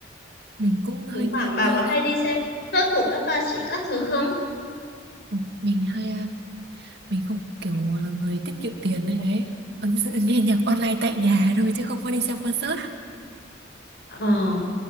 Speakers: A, on the right; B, on the left.
A: mình cũng hơi
B: thỉnh
A: nghi
B: thoảng
A: nghi
B: bà có
A: lắm
B: hay đi xem concert của các ca sĩ các thứ không
A: Ừ, mình hay à, mình không kiểu là người tiết kiệm tiền đấy đấy Ấn dự nghe nhạc online tại nhà thôi chứ không có đi xem concert
B: Ờ,